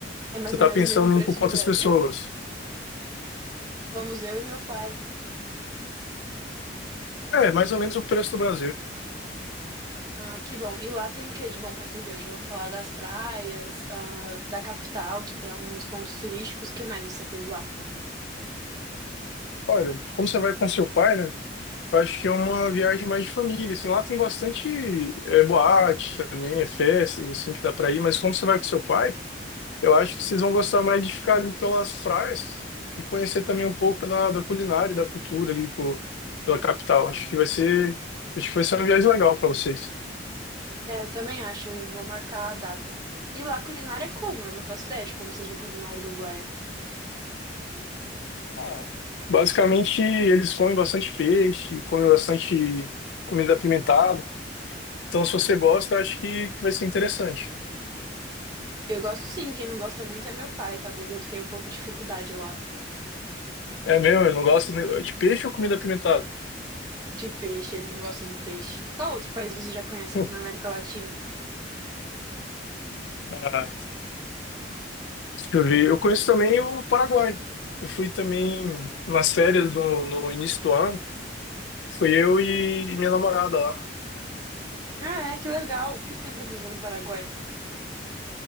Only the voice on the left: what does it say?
Você tá
pensando
em ir por quantas
pessoas?
É, mais ou menos o preço do Brasil.
Olha, como você vai com seu pai, né? Eu acho que é uma viagem mais de família, assim, lá tem bastante é, boate também, é festas, assim, que dá pra ir, mas como você vai com seu pai, eu acho que vocês vão gostar mais de ficar ali pelas praias e conhecer também um pouco da, da culinária e da cultura ali pô, pela capital. Acho que vai ser, acho que vai ser uma viagem legal para vocês.
Ah, Basicamente, eles comem bastante peixe, comem bastante comida apimentada. Então, se você gosta, eu acho que, que vai ser interessante.
É mesmo, eu não gosto de de peixe ou comida apimentada?
<laughs>
Ah, deixa eu ver. Eu conheço também o Paraguai. Eu fui também nas férias do, no início do ano. Fui eu e minha namorada lá.